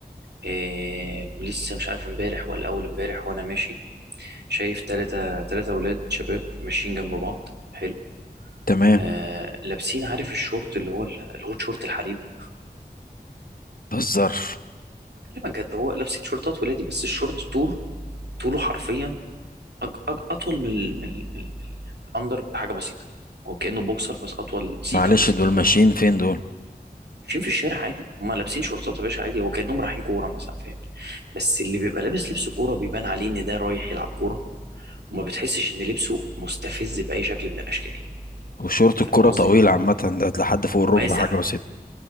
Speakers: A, on the right; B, on the left.
A: إيه لسه مش عارف امبارح ولا اول امبارح وانا ماشي شايف تلاتة تلاتة اولاد شباب ماشيين جنب بعض حلو
B: تمام
A: آه لابسين عارف الشورت اللي هو ال- الهوت شورت الحريمي
B: متهزرش
A: بكلمك جد هو لابسين شورتات ولادي بس الشورت طوله طوله حرفيا أج أج اطول من ال- من ال- من ال- من يعني الاندر بحاجه بسيطه هو كانه بوكسر بس اطول سيكه
B: معلش
A: بسيطه
B: دول
A: خالص
B: ماشيين فين دول
A: ماشيين في الشارع عادي هم لابسين شورتات يا باشا عادي هو كانهم رايحين كوره مثلا فاهم بس اللي بيبقى لابس لبس كوره بيبان عليه ان ده رايح يلعب كوره وما بتحسش ان لبسه مستفز باي شكل من الاشكال
B: وشورت
A: فاهم
B: الكرة
A: قصدي
B: طويل عامة ده لحد فوق الركبة
A: واسع
B: حاجة بسيطة